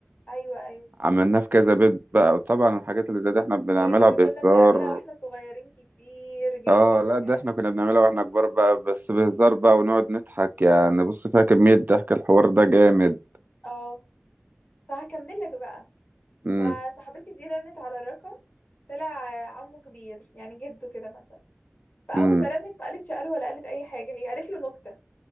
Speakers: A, on the left; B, on the right.
A: ايوه ايوه
B: عملناه في كذا بيت بقى وطبعا الحاجات اللي زي دي احنا بنعملها
A: دي احنا
B: بهزار
A: كنا بنعملها واحنا صغيرين كتير جدا
B: اه لا ده
A: يعني
B: احنا كنا بنعملها واحنا كبار بقى بس بهزار بقى ونقعد نضحك يعني بص فيها كمية ضحك الحوار ده جامد
A: اه فهكمل لك بقى
B: امم
A: فصاحبتي دي رنت على الرقم طلع عمه كبير يعني جده كده مثلا فاول
B: امم
A: ما رنت ما قالتش الو ولا قالت اي حاجه هي قالت له نكته